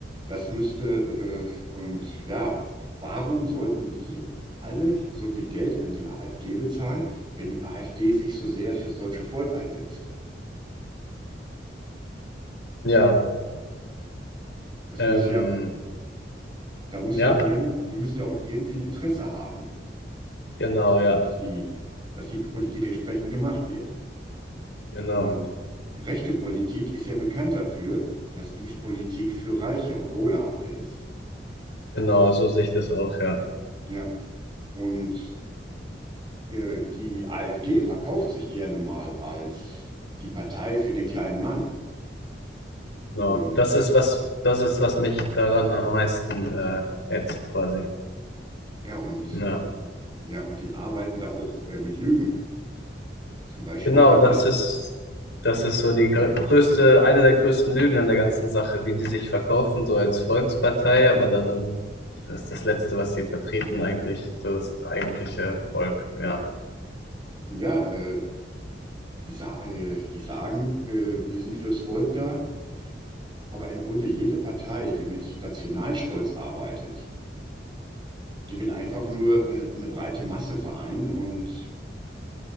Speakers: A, on the right (about 25°); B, on the left (about 75°).
A: Das müsste, äh, und ja, warum sollten die alle so viel Geld an die AfD bezahlen, wenn die AfD sich so sehr fürs deutsche Volk einsetzt?
B: Ja.
A: Das
B: Ähm,
A: muss ja, da muss
B: ja.
A: ja irgend, die müssen ja auch irgendwie ein Interesse haben,
B: Genau. Ja.
A: dass die, dass die Politik entsprechend gemacht wird.
B: Genau.
A: Und rechte Politik ist ja bekannt dafür, dass dies Politik für Reiche und Wohlhabende ist.
B: Genau. So sehe ich das auch. Ja.
A: Ja, und äh, die AfD verkauft sich gerne mal als die Partei für den kleinen Mann.
B: Genau.
A: Und
B: Das ist was. Das ist was mich daran am meisten äh, ätzt quasi.
A: ja, und
B: Ja.
A: ja, und die arbeiten da auch äh, mit Lügen. Zum Beispiel
B: Genau,
A: gibt
B: das
A: es
B: ist,
A: äh,
B: das ist so die gr- größte, eine der größten Lügen an der ganzen Sache, wie die sich verkaufen, so als Volkspartei, aber dann ist das Letzte, was sie vertreten, eigentlich so das eigentliche Volk. Ja,
A: ja, äh, die, sa äh, die sagen, äh, wir sind fürs Volk da, aber im Grunde jede Partei, die mit Nationalstolz arbeitet, Die will einfach nur äh, eine breite Masse vereinen und